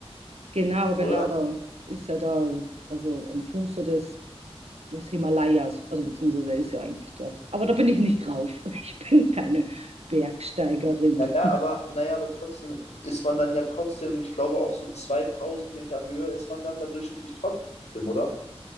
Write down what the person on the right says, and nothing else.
Genau, genau,
da ist ja da, also am Fuße des, des Himalayas, also beziehungsweise er ist ja eigentlich dort. Aber da bin ich nicht drauf. <laughs> Ich bin keine Bergsteigerin.